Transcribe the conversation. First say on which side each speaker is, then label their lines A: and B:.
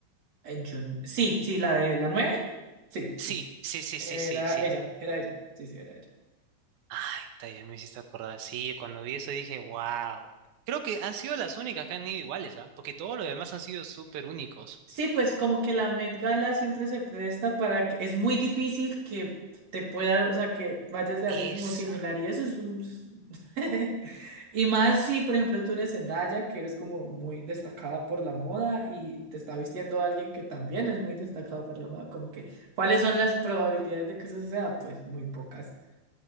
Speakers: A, on the right; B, on the right.
A: Eh, Jun- Sí, sí, la de la nueve, Sí,
B: Sí,
A: sí, sí.
B: sí, sí,
A: Era
B: sí, sí, sí.
A: ella, era ella. Sí, sí, era ella.
B: Ay, está, ya me hiciste acordar. Sí, cuando vi eso dije, wow. Creo que han sido las únicas que han ido iguales, ¿ah? Porque todos los demás han sido súper únicos.
A: Sí, pues como que la Met Gala siempre se presta para que es muy difícil que te pueda, o sea, que vayas de alguien
B: Esa.
A: como similar y eso es un... <laughs> Y más si, por ejemplo, tú eres Zendaya, que eres como muy destacada por la moda y te está vistiendo alguien que también es muy destacado por la moda, como que, ¿cuáles son las probabilidades de que eso sea? Pues muy pocas.